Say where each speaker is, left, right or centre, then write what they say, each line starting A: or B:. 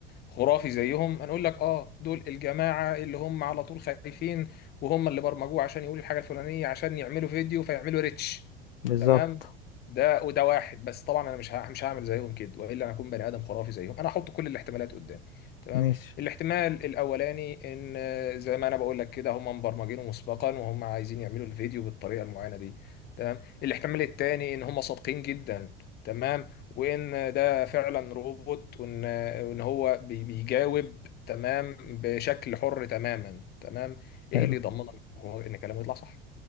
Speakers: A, on the left; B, on the left.
A: خرافي زيهم هنقول لك اه دول الجماعه اللي هم على طول خايفين وهم اللي برمجوه عشان يقولوا الحاجه الفلانيه عشان يعملوا فيديو فيعملوا ريتش
B: بالظبط
A: تمام ده وده واحد بس طبعا انا مش ه- مش هعمل زيهم كده والا انا اكون بني ادم خرافي زيهم انا هحط كل الاحتمالات قدامي تمام
B: ماشي
A: الاحتمال الاولاني ان آه، زي ما انا بقول لك كده هم مبرمجينه مسبقا وهم عايزين يعملوا الفيديو بالطريقه المعينه دي تمام الاحتمال الثاني ان هم صادقين جدا تمام وان ده فعلا روبوت وان وان هو بي- بيجاوب تمام بشكل حر تماما تمام ايه
B: حلو
A: اللي يضمن هو ان كلامه يطلع صح